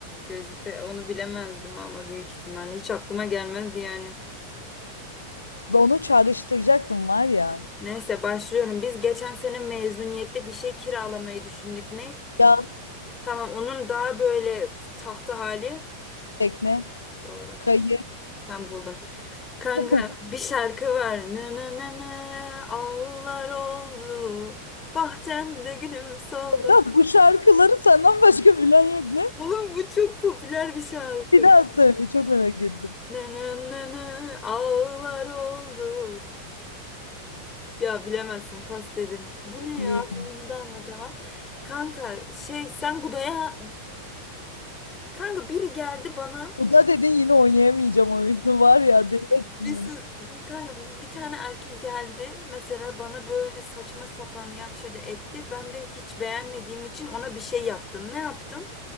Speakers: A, on the left; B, on the left.
A: gözü pe onu bilemezdim ama büyük ihtimalle hiç aklıma gelmezdi yani.
B: Ve onu çağrıştıracaktım var ya.
A: Neyse başlıyorum. Biz geçen sene mezuniyette bir şey kiralamayı düşündük. Ne?
B: Yat,
A: Tamam onun daha böyle tahta hali.
B: tekne,
A: Doğru.
B: kayı.
A: Sen buldun. Kanka
B: <laughs>
A: bir şarkı var. Nı nı nı nı, ağlar oldu. Bahçemde gülüm soldu.
B: Sedat, bu şarkıları senden başka bilen yok ne?
A: Oğlum bu çok popüler bir şarkı.
B: Bir daha söyle çok merak ettim.
A: Nı nı nı nı, ağlar oldu. Ya bilemezsin pas dedim. Bu ne
B: İyiyim.
A: ya? Bunu da anlatamam. Kanka şey sen Guda'ya... Kanka biri geldi bana.
B: Bu da dedin yine oynayamayacağım oyunu <laughs> var ya deli ettin
A: Biz
B: beni.
A: siz, bir kanka bir tane erkek geldi mesela bana böyle saçma sapan yavşadı etti. Ben de hiç beğenmediğim için ona bir şey yaptım. Ne yaptım?